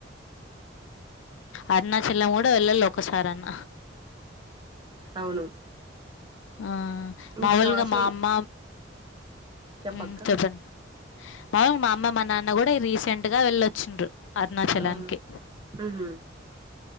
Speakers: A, on the left; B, on the right.
A: అరుణాచలం గుడా వెళ్ళాల్ ఒకసారన్న
B: అవును
A: ఆ
B: మీకు
A: మామూల్గా
B: కాశీ
A: మా అమ్మ
B: చెప్పక్క
A: ఉమ్ ఉ చెప్పండ్ అవున్ మా అమ్మ మా నాన్న గుడా రీసెంట్ గా వెళ్ళొచ్చిండ్రు. అరుణాచలానికి
B: అవున ఉహూ